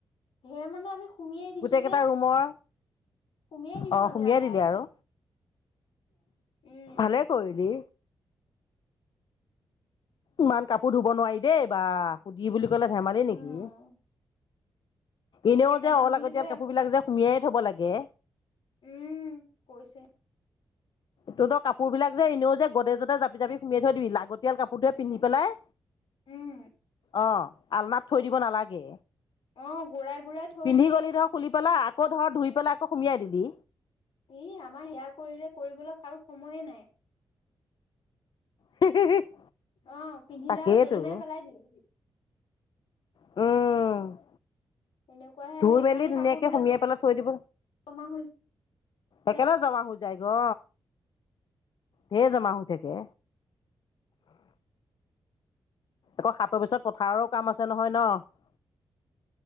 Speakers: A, on the left; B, on the left.
A: ঢেৰ মানে আমি সুমিয়াই দিছো
B: গোটেইকেইটা
A: যে
B: ৰুমৰ
A: সুমিয়াই দিছো
B: অ
A: আমি
B: সুমিয়াই
A: আধা
B: দিলি আৰু
A: উম
B: ভালে কৰিলি ইমান কাপোৰ ধুব নোৱাৰি দেই বা সুধি বুলি কলে ধেমালি
A: উম
B: নিকি এনেও
A: কেইটামান
B: যে অলাগতীয়াল
A: বুলি লৈ
B: কাপোৰ
A: এসোপা
B: বিলাক যে সুমিয়াই থব লাগে
A: উম কৰিছে
B: তহ তই কাপোৰ বিলাক যে এনেও যে গদ্ৰেজতে জাপি জাপি সোমাই থৈ দিবি লাগতিয়াল কাপোৰটোৱে
A: এনে
B: পিন্ধি পেলাই
A: উম
B: অ আলনাত থৈ দিব নালাগে
A: অ গুৰাই গুৰাই থৈ
B: পিন্ধি
A: দিয়ে
B: গলি ধৰ খুলি পেলা আকৌ ধৰক ধুই পেলাই আকৌ সুমিয়াই দিলি
A: ই আমাৰ সেয়া কৰিলে কৰিবলৈ কাৰু সময়ে নাই
B: <unintelligible>
A: অ পিন্ধিলে
B: তাকেইতো
A: আৰু দলিমাৰি পেলাই দি
B: উম
A: তেনেকুৱাহে
B: ধুই
A: আৰু সেইকাৰণে
B: মেলি ধুনীয়াকে
A: কাপোৰ বিলাক
B: সুমিয়াই পেলাই থৈ দিব
A: জমা হৈ
B: একেলগে
A: যায়
B: জমা হৈ যাই গ ঢেৰ জমা হৈ থাকে আকৌ হাতৰ পিছত পথাৰো কাম আছে নহয় ন